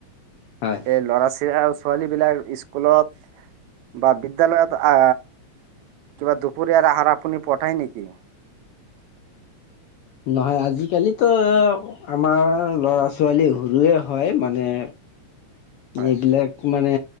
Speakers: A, on the left (about 75°); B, on the right (about 80°).
A: হয়।
B: এই ল'ৰা, ছিআ, ছোৱালীবিলাক ইস্কুলত বা বিদ্যালয়ত আ, কিবা দুপৰীয়াৰ আহাৰ আপুনি পঠায় নেকি?
A: নহয়, আজিকালিতো আমাৰ ল'ৰা ছোৱালী সৰুৱে হয়, মানে
B: হয়
A: এইবিলাক মানে,